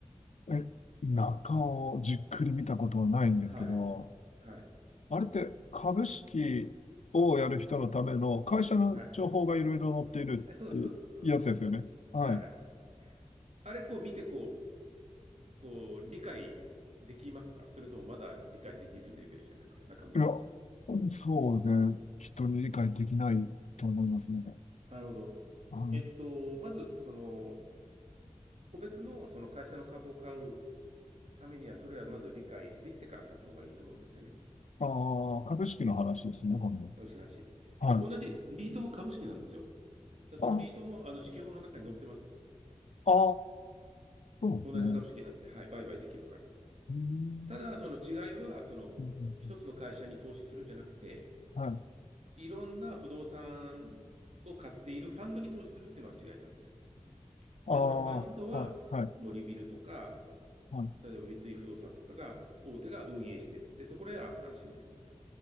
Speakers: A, on the left; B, on the right.
A: い。え、中をじっくり見たことはないんですけど、
B: はい。はい。
A: あれって株式をやる人のための会社の情報がいろいろ載っているってやつですよね。
B: はい。え、そうです、そうです、そうです、そうです。
A: はい。
B: はいはい。あれ、こう見て、こう、こう、理解できますかそれともまだ理解できるレベルじゃないですか中身を見て。
A: いや、そうですね。きっと理解できないと思いますので。
B: なるほど。
A: はい、
B: えっと、まず、その、個別のその会社の株を買うためには、それはまず理解できてから買った方がいいと思うんですよね。
A: ああ、株式の話ですね、
B: うん。
A: 今度。
B: 投資話。
A: はい。
B: で、同じリートも株式なんですよ。で、そのリートも、
A: あ、
B: あの、四季報の中に載ってます。
A: ああ、そうですね。
B: 同じ株式なんで、はい、売買できるから。
A: うーん
B: ただ、その違いは、その、
A: うんうん
B: 一つの会社に投資するんじゃなくて、
A: うんはい。
B: いろんな不動産を買っているファンドに投資するっていうのは違いなんですよ。
A: ああ、
B: で、そのファンドは、
A: はい、はい、
B: 森ビルとか、
A: はい。
B: 例えば三井不動産とかが、大手が運営してるんで、そこらは安心ですねと。